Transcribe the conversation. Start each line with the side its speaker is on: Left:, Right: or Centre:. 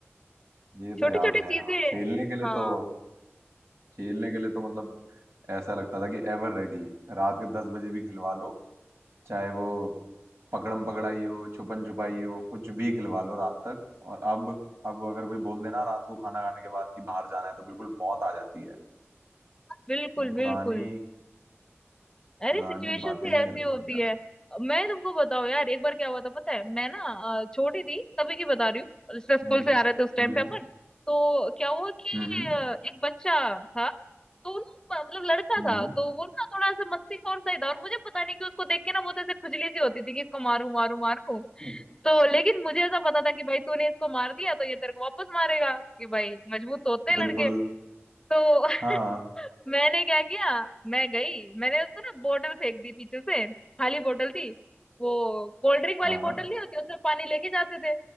Right: ये
Left: छोटी
Right: तो याद
Left: छोटी
Right: है
Left: चीजें
Right: हाँ खेलने के लिए
Left: हाँ
Right: तो खेलने के लिए तो मतलब ऐसा लगता था कि एवर रेडी रात के दस बजे भी खिलवा लो चाहे वो पकड़म पकड़ाई हो छुपन छुपाई हो कुछ भी खिलवा लो रात तक और अब अब अगर कोई बोल देना रात को खाना खाने के बाद कि बाहर जाना है तो बिल्कुल मौत आ जाती है
Left: बिल्कुल
Right: मतलब
Left: बिल्कुल
Right: पुरानी
Left: अरे
Right: पुरानी
Left: सिचुएशन
Right: बातें
Left: ही
Right: ही
Left: ऐसी
Right: लगती
Left: होती
Right: हैं यार
Left: है मैं तुमको बताऊँ यार एक बार क्या हुआ था पता है मैं ना अ, छोटी थी तभी की बता रही हूँ जैसे स्कूल
Right: हम्म
Left: से आ रहे थे उस टाइम
Right: हम्म
Left: पे अपन तो क्या हुआ कि
Right: हम्म
Left: अ, एक बच्चा था तो वो ना मतलब लड़का
Right: हम्म
Left: था तो वो ना थोड़ा ऐसा मस्ती खौर सा ही था और मुझे पता नहीं कि उसको देख के ना बहुत ऐसे खुजली सी होती थी कि इसको मारू मारू मारू
Right: हम्म।
Left: तो लेकिन मुझे ऐसा पता था कि भाई तूने इसको मार दिया तो ये तेरे को वापस मारेगा कि भाई मजबूत तो होते हैं
Right: बिल्कुल
Left: लड़के तो <laughs>
Right: हाँ
Left: मैंने क्या किया मैं गई मैंने उसको ना बोतल फेंक दी पीछे से खाली बोतल थी वो कोल्ड ड्रिंक वाली
Right: हाँ
Left: बोतल नहीं होती उसमें पानी लेके जाते थे